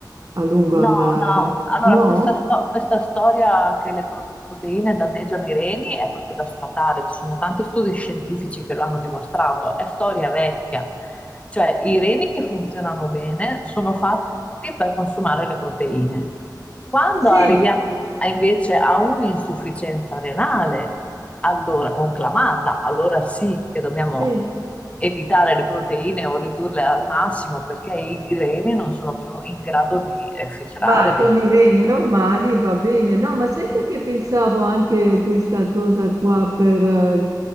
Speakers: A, on the right; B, on the left.
A: A lungo
B: No,
A: andare.
B: no, allora
A: No?
B: questa, sto- questa storia che le proteine danneggiano i reni è proprio da sfatare, ci sono tanti studi scientifici che lo hanno dimostrato, è storia vecchia, cioè i reni che funzionano bene sono fatti per consumare le proteine. Quando
A: Sì,
B: arriviamo a- invece a un'insufficienza renale, allora conclamata, allora sì che dobbiamo
A: sì,
B: evitare le proteine o ridurle al massimo perché i greni non sono più in grado di eh, filtrare.
A: Ma con
B: di-
A: i reni normali va bene, no, ma sai perché pensavo anche questa cosa qua per, eh,